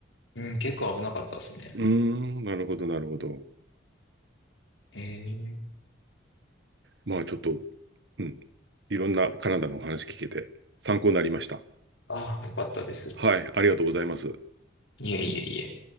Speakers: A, on the left; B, on the right.
A: うん、結構危なかったですね。
B: うーん、なるほど、なるほど。
A: ええ
B: まあちょっと、うん。いろんなカナダのお話聞けて参考になりました。
A: ああ、よかったです。
B: はい、ありがとうございます。
A: いえいえいえ。